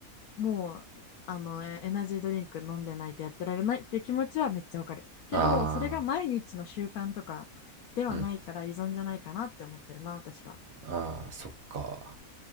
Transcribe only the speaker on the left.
もう、あの、エナジードリンク飲んでないとやってられないっていう気持ちはめっちゃわかる。けど、
それが毎日の習慣とかではないから依存じゃないかなって思ってるな、
私は。